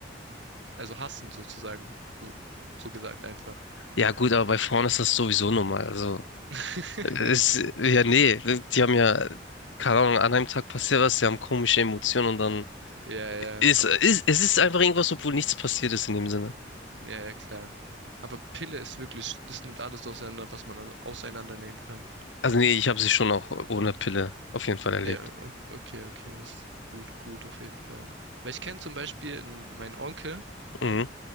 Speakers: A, on the right; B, on the left.
A: Also hassen sozusagen. So, so gesagt einfach.
B: Ja, gut, aber bei Frauen ist das sowieso normal. Also,
A: <laughs>
B: es, ja, nee, die haben ja, keine Ahnung, an einem Tag passiert was, sie haben komische Emotionen und dann
A: Ja, ja,
B: ist,
A: aber
B: ist, es ist einfach irgendwas, obwohl nichts passiert ist in dem Sinne.
A: ja, ja, klar. Aber Pille ist wirklich, das nimmt alles auseinander, was man au- auseinandernehmen kann.
B: Also, nee, ich habe sie schon auch ohne Pille auf jeden Fall erlebt.
A: Ja, o- okay, okay, das ist gut, gut auf jeden Fall. Weil ich kenne zum Beispiel n- meinen Onkel,
B: Mhm,